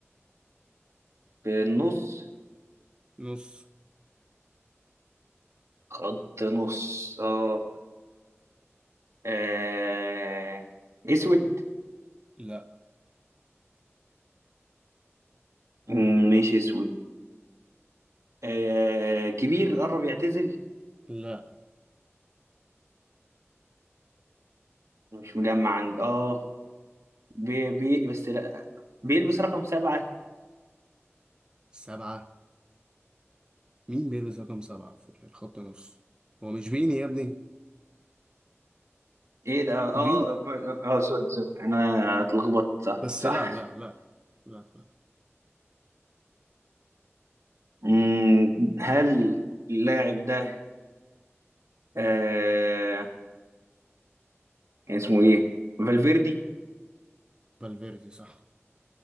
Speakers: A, on the right; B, on the right.
A: في النص
B: نص
A: خط نص اه آه... اسود
B: لا
A: مم، ماشي اسود آه... كبير قرب يعتزل
B: لا
A: مش مجمع عند اه بي... بي... بس لا بيلبس رقم سبعة
B: سبعة مين بيلبس رقم سبعة في الخط نص هو مش فيني يا ابني
A: ايه ده اه اه
B: فيني
A: آه، آه، سوري سوري انا اتلخبطت صح
B: بس
A: صح
B: لا لا لا لا لا
A: مم، هل اللاعب ده آه... كان اسمه ايه فالفيردي
B: فالفيردي صح